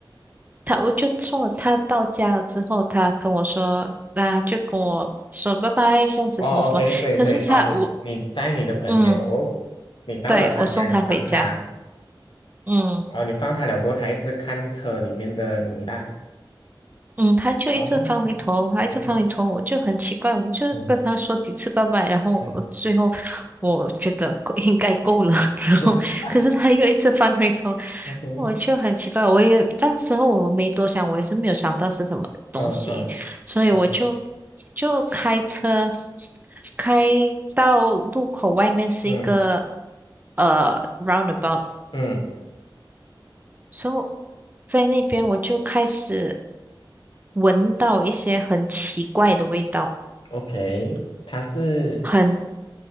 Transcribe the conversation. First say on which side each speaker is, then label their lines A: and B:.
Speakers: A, on the right (about 20°); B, on the left (about 70°).
A: 他，我就送了他到家了之后，他跟我说，那、就跟我说拜拜，这样子什么什么，
B: 哦，OK，所以所以哦，
A: 可是他我
B: 你你在你的朋友，
A: 嗯，
B: 你到了他家，
A: 对，我送他回家，
B: 你放他，
A: 嗯。
B: 哦，你放他了过后，他一直看车里面的你啦，
A: 嗯，他就一直翻回头，
B: 哦，OK，
A: 他一直翻回头，我就很奇怪，我就跟他说几次拜拜，
B: 嗯
A: 然后我最后我觉得够应该够了，
B: 嗯
A: <laughs> 然后可是他又一直翻回头，
B: <laughs>，OK，
A: 我就很奇怪，我也当时候我没多想，我也是没有想到是什么东西，
B: 嗯嗯
A: 所以我就
B: 嗯
A: 就开车开到路口外面是一个
B: 嗯
A: 呃 roundabout，
B: 嗯
A: 所以在那边我就开始。闻到一些很奇怪的味道，
B: ，OK，它是
A: 很，